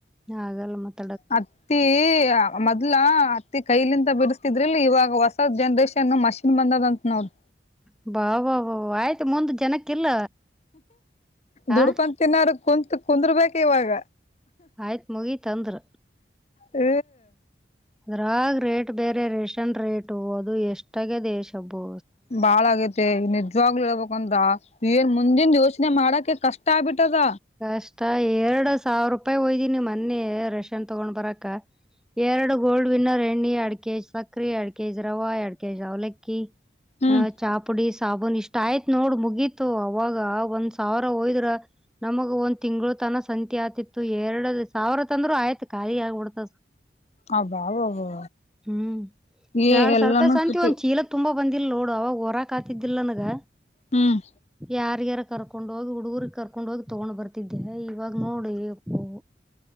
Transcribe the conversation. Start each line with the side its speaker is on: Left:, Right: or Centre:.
Centre: ಆಗಲ್ಲ ಮತ್ತ
Left: ಅದ ಅತ್ತಿ ಮೊದ್ಲ ಅತ್ತಿ ಕೈಲಿಂತ ಬಿಡಸ್ತಿದ್ರಿಲ್ಲ ಇವಾಗ ಹೊಸದ್ ಜನ್ರೇಷನ್ ಮ ನ ಬಂದದಂತ ನೋಡ್
Centre: ಅಬ್ಬಾಬಬ ಆಯ್ತ ಮುಂದ ಜನಕ್ಕ ಇಲ್ಲ
Left: ದುಡ್ಕೂಂದ
Centre: ಆ
Left: ತಿನ್ನೋರ ಕುಂತ್ ಕುಂದರ್ಬೇಕ ಇವಾಗ
Centre: ಆಯ್ತ ಮುಗಿತಂದರ
Left: ಹ್ಮ
Centre: ಅದ್ರಾಗ ರೇಟ್ ಬೇರೆ ರೇಷನ್ ರೇಟ ಅದು ಎಷ್ಟಾಗದೆ ಶಬು
Left: ಬಾಳ ಆಗ್ಯದ ಮತ್ತೆ ನಿಜವಾಗ್ಲ ಹೇಳ್ಬೇಕ ಅಂದ್ರ ಏನ್ ಮುಂದಿನ್ದ ಯೋಚನೆ ಮಾಡಕ ಕಷ್ಟ ಆಗ್ಬಿಟ್ಟದ
Centre: ಕಷ್ಟ ಎರಡ್ ಸಾವಿರ ರೂಪಾಯಿ ಹೋಯ್ದೀನಿ ಮನ್ನೆ ರೇಷನ್ ತಗೊಂಡ್ ಬರಾಕ ಎರಡು ಗೋಲ್ಡ್ ವಿನ್ನರ್ ಎಣ್ಣಿ ಎಡ್ ಕೆಜಿ ಸಕ್ರಿ ಎಡ್ ಕೆಜಿ ರವಾ ಎಡ್ ಕೆ ಜಿ ಅವಲಕ್ಕಿ
Left: ಹ್ಮ್
Centre: ಹ ಚಾಹ ಪುಡಿ ಸಾಬೂನ್ ಇಷ್ಟ ಆಯ್ತ್ ನೋಡ್ ಮುಗೀತು ಅವಾಗ ಒಂದ್ ಸಾವಿರ ಹೋಯ್ದ್ರ ನಮಗ ಒಂದ್ ತಿಂಗಳತನ ಸಂತಿ ಆತಿತ್ತು ಎರಡ ಸಾವಿರ ತಂದ್ರರು ಆಯ್ತು ಖಾಲಿ ಆಗ್ಬಿಡ್ತ
Left: ಅಬ್ಬಾಬಾಬಾ
Centre: ಹ್ಮ್
Left: ಏ
Centre: ಎಡ್
Left: ಎಲ್ಲಾನೂ
Centre: ಸಾವಿರ ರೂಪಾಯಿ ಸಂತಿ
Left: ತುಟಿ
Centre: ಒಂದ ಚೀಲ ತುಂಬಾ ಬಂದಿಲ್ಲ ನೋಡ ಅವಾಗ ಹೊರಕ ಆತಿದ್ದಿಲ್ಲ ನನ್ಗ
Left: ಹ್ಮ್
Centre: ಯಾರಿಗ ಯರ ಕರ್ಕೊಂಡ್ ಹೋಗಿ ಹುಡುಗುರಿಗೆ ಕರಕೊಂಡ ಹೋಗಿ ತಗೊಂಡ್ ಬರ್ತಿದ್ದೆ ಇವಾಗ ನೋಡ ಏ ಯಪ್ಪೋ